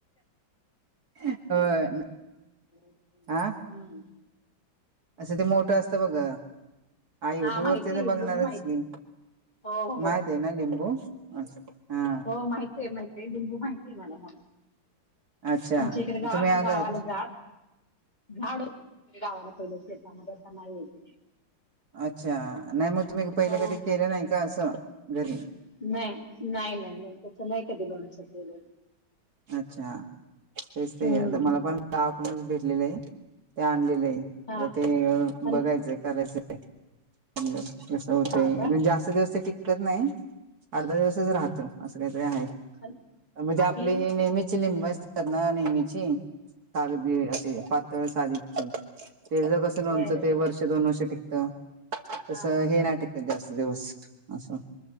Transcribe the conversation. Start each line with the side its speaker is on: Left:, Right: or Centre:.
Right: होय
Left: <unintelligible>
Right: हा
Left: <unintelligible> हम
Right: असं ते मोठं असतं बघा. युट्यूब
Left: हा माहिती
Right: वरती तर बघणारच
Left: लिंबू माहिती
Right: की
Left: हो हो
Right: माहितीये ना लिंबू, <unintelligible> हा.
Left: हो माहितय, माहितय. लिंबू माहितीय मला <unintelligible>
Right: अच्छा
Left: आमच्या इकडे गाव
Right: तुम्ही अगर
Left: गावाला झाड, झाड गावाला पहिले शेतामध्ये आता नाही येत
Right: अच्छा नाही मग तुम्ही पहिले
Left: हो
Right: कधी केलं नाही का असं घरी
Left: नाही नाही नाही लोणचं त्याच नाही कधी लोणचलं.
Right: अच्छा तेच ते
Left: हम्म
Right: आता मला पण गाकूनच भेटलेलं आहे ते आणलेलं आहे.
Left: हा
Right: आता ते
Left: पण
Right: बघायचं करायच. कस होतण
Left: हा का
Right: जास्त दिवस टि टिकत नाही. अर्धा दिवसच राहतं, असं काहीतरी आहे.
Left: <unintelligible>
Right: म्हणजे आपली ही नेहमीची लिंब असतात ना. नेहमीची, कागदी ते पात तळ सालीची. तेज कस लोनचं
Left: हो हो
Right: ते वर्ष, दोन वर्ष टिकतं.
Left: हा
Right: तस हे
Left: हा
Right: नाही टिकत जास्त दिवस. असं,